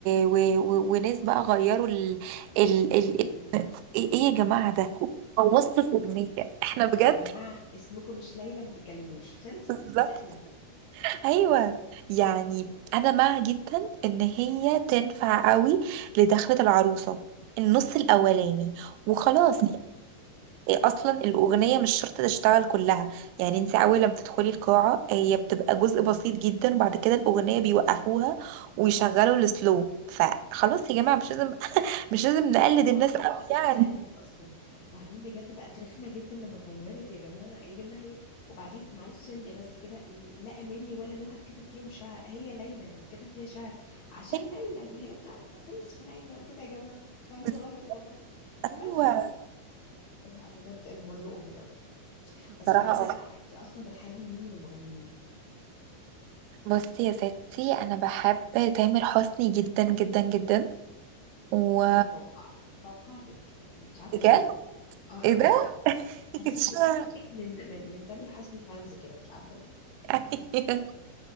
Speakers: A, on the right; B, on the left.
A: و... و... وناس بقى غيروا ال... ال... ال...
B: ايوه ايوه
A: ايه إيه يا جماعه ده بوظتوا الاغنيه احنا بجد
B: يا جماعة اسمكم مش ليلى ما تتكلموش خلصت
A: بالظبط
B: سهلة
A: ايوه يعني انا مع جدا ان هي تنفع قوي لدخلة العروسة النص الاولاني وخلاص يعني اصلا الاغنيه مش شرط تشتغل كلها يعني انت اول لما بتدخلي القاعه هي بتبقى جزء بسيط جدا بعد كده الاغنيه بيوقفوها ويشغلوا السلو فخلاص يا جماعه مش لازم مش لازم نقلد
B: اه
A: الناس
B: آه،
A: قوي
B: مش لازم
A: يعني
B: نألف اصلا وبعدين بجد بقت رخمة جدا لما اتغيرت يا جماعة يا جماعة هي وبعدين معلش سونيا بس كده لا اماني ولا نهى اتكتب فيهم شعر هي ليلى اللي اتكتب فيها شعر عشان
A: أيوة،
B: ليلى اللي هي بتاعت قيس وليلى وكده يا جماعة انتوا فاهمين
A: بس-
B: غلط والله
A: ايوه
B: بس لا بجد المواضيع اوفر قوي
A: بصراحه
B: بس بعيدا
A: اه
B: بقى انت اصلا بتحبي مين من المغنيين
A: بصي يا ستي انا بحب تامر حسني جدا جدا جدا و...
B: ولا توقعت توقعتك مش عارفة
A: بجد
B: ليه اه قوي
A: ايه ده <laughs>
B: حسيتك
A: اشمعنى؟
B: حسيتك من من من تامر حسني فانز كده مش عارفة ليه
A: أيوة.